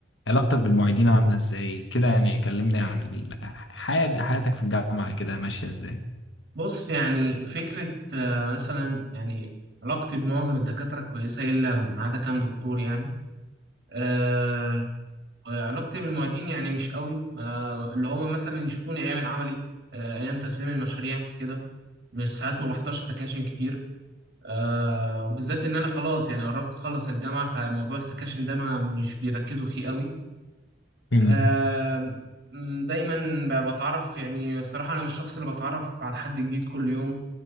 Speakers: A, on the left; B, on the right.
A: علاقتك بالمعيدين عامله ازاي كده يعني كلمني عن الحاجه حياتك في الجامعه كده ماشيه ازاي
B: بص يعني فكره آه، مثلا يعني علاقتي بمعظم الدكاتره كويسه الا ما عدا كام دكتور يعني آه علاقتي بالمعيدين يعني مش قوي آه اللي هما مثلا يشوفوني ايام العملي آه ايام تسليم المشاريع كده مش ساعات ما بحضرش سكاشن كتير آه وبالذات ان انا خلاص يعني قربت اخلص الجامعه فموضوع السكاشن ده ما مش بيركزوا فيه قوي
A: امم
B: آه م، دايما ب- بتعرف يعني الصراحه انا مش الشخص اللي بتعرف على حد جديد كل يوم